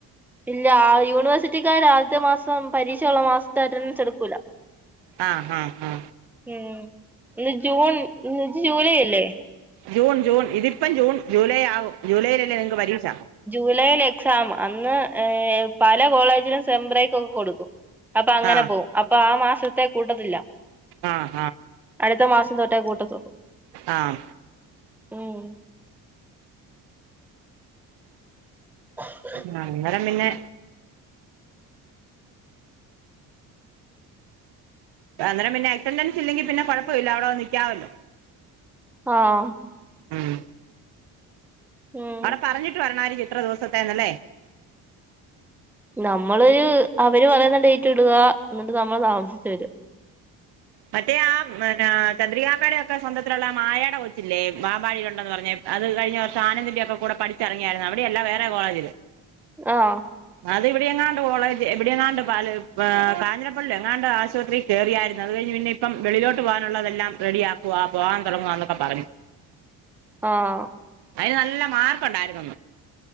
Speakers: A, in the centre; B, on the right.
A: ഇല്ല ആ യൂണിവേഴ്സിറ്റിക്കാര ആ ദ് റ്റ മാസം പരീക്ഷയുള്ള മാസത്തെ അറ്റൻഡൻസ് എടുക്കൂല
B: ആഹാ ഹാ
A: ഉം ഇന്ന് ജൂൺ ഇന്ന് ജൂലൈ അല്ലേ
B: ജൂൺ ജൂൺ ഇതിപ്പം ജൂൺ ജൂലൈ ആവും ജൂലൈയിലല്ലേ നിങ്ങക്ക് പരീക്ഷ
A: ജൂലൈൽ എക്സാം അന്ന് ഏ പല കോളേജിലും സെം ബ്രേക്ക് ഒക്കെ കൊടുക് അപ്പൊ അങ്ങനെ
B: ആഹ്
A: പോകും അപ്പൊ ആ മാസത്തെ കൂട്ടത്തില്ല
B: ആഹ്
A: അടുത്ത മാസം തൊട്ടെ കൂട്ടത്തുള്ളൂ
B: ആഹാ
A: ഉം <inaudible>
B: ആ അന്നേരം പിന്നെ അന്നേരം പിന്നെ അറ്റെൻഡൻസ് ഇല്ലെങ്കിൽ കുഴപ്പമില്ല അവിടെ വന്ന് നിക്കാവല്ലോ
A: ആഹ്
B: ഉം
A: ഉം
B: അവിടെ പറഞ്ഞിട്ട് വരണായിരിക്കും ഇത്ര ദിവസത്തെേന്നല്ലേ
A: നമ്മള് അവര് പറയുന്ന ഡേറ്റ് ഇടുക എന്നിട്ട് നമ്മള് താമസിച്ചു വരും
B: മറ്റേ ആ പിന്ന ചന്ദ്രികാപ്പെടെയൊക്കെ സ്വന്തത്തിലുള്ള മായെട കൊച്ചില്ലേ വാബാഴയിലുണ്ടന്ന് പറഞ്ഞാ അത് കഴിഞ്ഞ വർഷം ആനന്ദിന്റെ ഒക്കെ കൂടെ പഠിച്ചിറങ്ങിയായിരുന്നു അവിടെയല്ല വേറെ കോളേജില്
A: ആഹ്
B: അത് ഇവിടെ എങ്ങാണ്ട് കോളേജ് എവിടെ എങ്ങാണ്ട് കാഞ്ഞിരപ്പള്ളി എങ്ങാണ്ട് ആശുപത്രിയിൽ കേറിയാരുന്ന് അത് കഴിഞ് പിന്നെ ഇപ്പം വെളിലോട്ട് പോകാനുള്ളതെല്ലാം റെഡിയാക്കുക പോവാൻ തുടങ്ങുകവാന്നൊക്കെ പറഞ്ഞു
A: ആഹ്
B: അതിന് നല്ല മാർക്ക് ഉണ്ടായിരുന്നെന്ന്